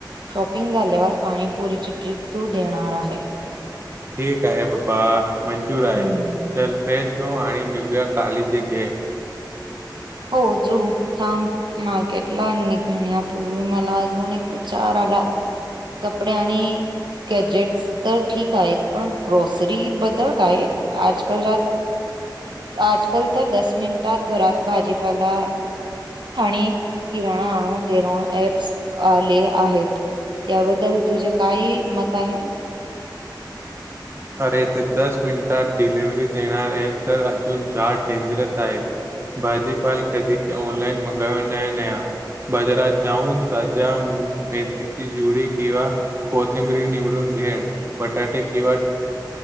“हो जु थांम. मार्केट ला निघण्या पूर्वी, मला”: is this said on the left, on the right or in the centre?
Right